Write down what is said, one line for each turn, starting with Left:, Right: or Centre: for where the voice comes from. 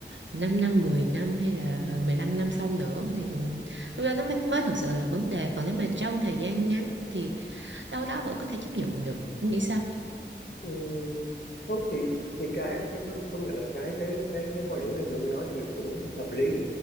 Right: 5 năm 10 năm hay là 15 năm sau nữa thì lúc đó nó mới mới thực sự là vấn đề còn nếu mà trong thời gian ngắn thì đâu đó vẫn có thể chấp nhận được em nghĩ sao
Left: Ừ, không thì thì cái cái, cái công nhận là cái cái cái cái quan điểm em vừa mới nói thì cũng hợp lý